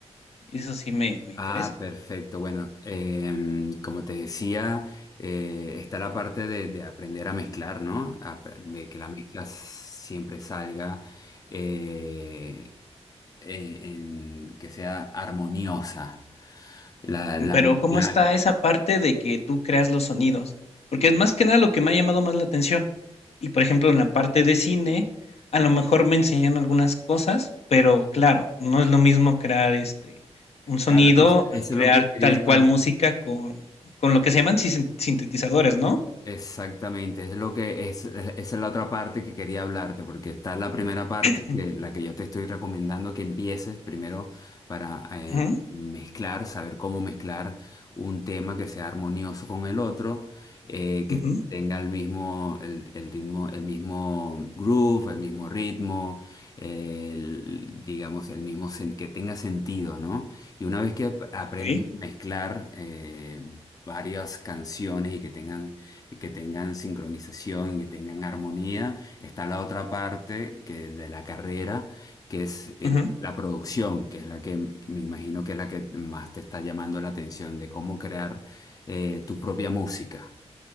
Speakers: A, on the left; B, on the left.
A: Y eso sí me, me
B: ah,
A: interesa.
B: perfecto. Bueno, em, como te decía, eh, está la parte de, de aprender a mezclar, ¿no? A- de que la mezcla siempre salga. eh, en, en que sea armoniosa, La, la
A: Pero,
B: mezcla,
A: ¿cómo está esa parte de que tú creas los sonidos? Porque es más que nada lo que me ha llamado más la atención. Y por ejemplo, en la parte de cine, a lo mejor me enseñan algunas cosas, pero claro, no es lo mismo crear este un sonido,
B: claro que eso,
A: a
B: eso
A: crear
B: es lo que quería,
A: tal cual música con, con lo que se llaman sin- sintetizadores, ¿no?
B: Exactamente, es lo que es, esa es la otra parte que quería hablarte, porque está la primera parte,
A: <clears throat>
B: que, la que yo te estoy recomendando que empieces primero para eh,
A: Ujú,
B: mezclar, saber cómo mezclar un tema que sea armonioso con el otro, eh, que
A: ujú,
B: tenga el mismo, el, el ritmo- el mismo groove, el mismo ritmo, el- digamos, el mismo, sen- que tenga sentido, ¿no? Y una vez que ap- aprendas
A: ok,
B: a mezclar eh, varias canciones y que tengan que tengan sincronización, que tengan armonía. Está la otra parte que, de la carrera, que es eh,
A: ujú.
B: la producción, que es la que me imagino que es la que más te está llamando la atención, de cómo crear eh, tu propia música.